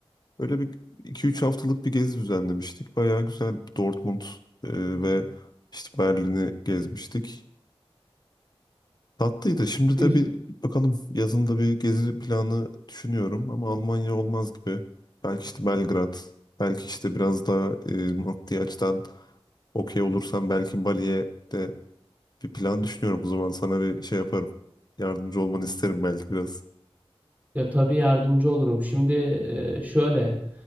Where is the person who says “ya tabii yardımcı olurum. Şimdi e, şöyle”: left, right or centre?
Right